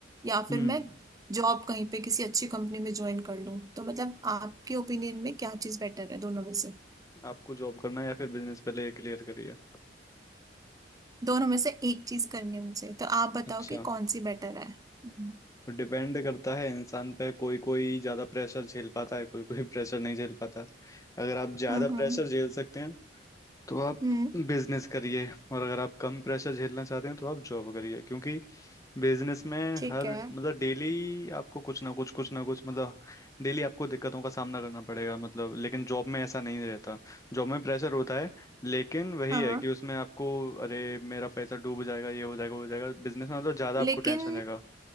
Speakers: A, on the right; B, on the left.
A: या
B: हम्म
A: फिर मैं जॉब कहीं पे किसी अच्छी कंपनी में ज्वाइन कर लूं तो मतलब आपके ओपिनियन में क्या चीज बेटर है दोनों में से
B: आपको जॉब करना है या फिर बिजनेस पहले ये क्लियर करिए
A: दोनों में से एक चीज करनी है मुझे तो आप बताओ
B: अच्छा
A: कि कौन सी बेटर है हम्म
B: तो डिपेंड करता है इंसान पे कोई कोई ज़्यादा प्रेशर झेल पाता है कोई कोई <laughs> प्रेशर नहीं झेल पाता अगर आप ज़्यादा
A: हम्म
B: प्रेशर झेल सकते हैं तो आप
A: हम्म,
B: बिजनेस करिए और अगर आप कम प्रेशर झेलना चाहते हैं तो आप जॉब करिए क्योंकि बिजनेस में
A: ठीक
B: हर
A: है
B: मतलब डेली आपको कुछ ना कुछ कुछ ना कुछ मतलब डेली आपको दिक्कतों का सामना करना पड़ेगा मतलब लेकिन जॉब में ऐसा नहीं रहता जॉब में प्रेशर होता है लेकिन वही
A: हाँ
B: है कि उसमें आपको अरे मेरा पैसा डूब जाएगा ये हो जाएगा वो हो जाएगा बिजनेस में मतलब ज़्यादा
A: लेकिन
B: आपको टेंशन रहेगा